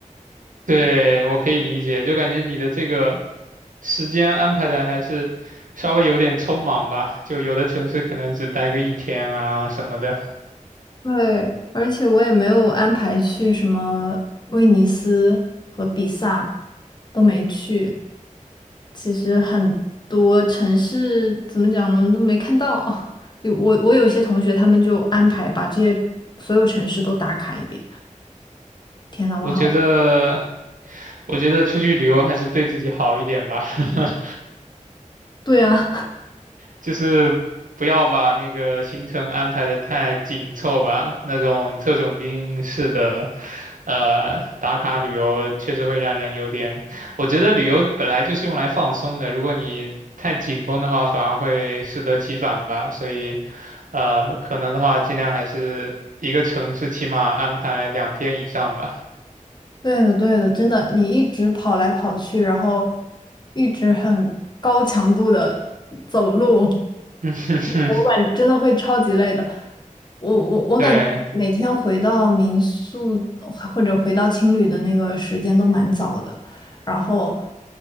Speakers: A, on the right; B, on the left.
A: 对，我可以理解，就感觉你的这个时间安排的还是稍微有点匆忙吧，就有的城市可能只待个一天啊什么的。
B: 对，而且我也没有安排去什么威尼斯和比萨，都没去。其实很多城市怎么讲呢，都没看到。<laughs> 有我我有一些同学，他们就安排把这些所有城市都打卡一遍。天呐，
A: 我觉得，
B: 我好，
A: 我觉得出去旅游还是对自己好一点吧，<laughs>
B: 对啊，
A: 就是不要把那个行程安排的太紧凑吧。那种特种兵式的，呃，打卡旅游确实会让人有点。我觉得旅游本来就是用来放松的，如果你太紧绷的话，反而会适得其反吧。所以，呃，可能的话，尽量还是一个城市起码安排两天以上吧。
B: <laughs> 对的对的，真的，你一直跑来跑去，然后一直很高强度的走路。
A: <laughs> 嗯哼哼，
B: 我感真的会超级累的。我我我感觉每天回到民宿
A: 对，
B: 或者回到青旅的那个时间都蛮早的，然后